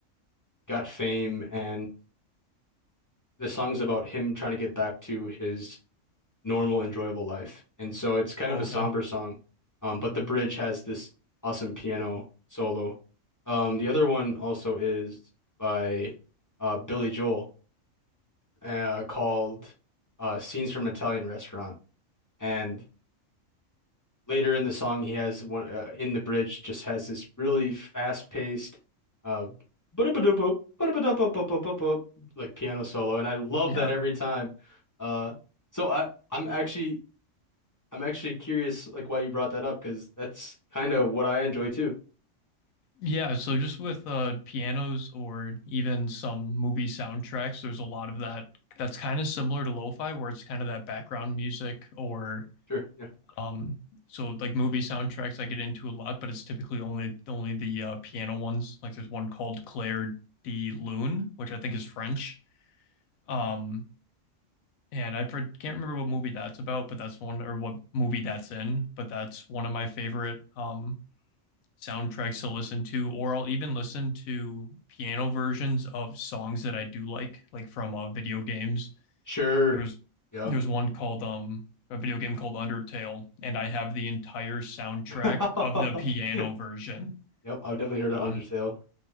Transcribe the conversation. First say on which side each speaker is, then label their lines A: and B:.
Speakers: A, on the left; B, on the left.
A: got fame, and the song's about him trying to get back to his normal, enjoyable life, and so it's kind
B: Okay.
A: of a somber song. Um, but the bridge has this awesome piano solo. Um, the other one also is by uh Billy Joel uh, called uh, "Scenes from Italian Restaurant," and later in the song, he has one uh, in the bridge just has this really fast-paced, uh, ba-da-ba-da-ba, ba da ba ba ba ba like piano solo, and I love
B: Yeah.
A: that every time. Uh, so I I'm actually I'm actually curious like why you brought that up because that's kind of what I enjoy too.
B: Yeah, so just with uh pianos or even some movie soundtracks, there's a lot of that that's kind of similar to lo-fi where it's kind of that background music or
A: Sure, yeah,
B: um so like movie soundtracks I get into a lot, but it's typically only only the uh, piano ones. Like there's one called Claire de Lune, which I think is French. Um and I for- can't remember what movie that's about, but that's one or what movie that's in, but that's one of my favorite um soundtracks to listen to, or I'll even listen to piano versions of songs that I do like, like from uh, video games.
A: sure,
B: There's
A: yeah.
B: there's one called um a video game called Undertale, and I have the entire soundtrack
A: <laughs>
B: of the piano version
A: Yep, I've definitely heard
B: on.
A: of Undertale.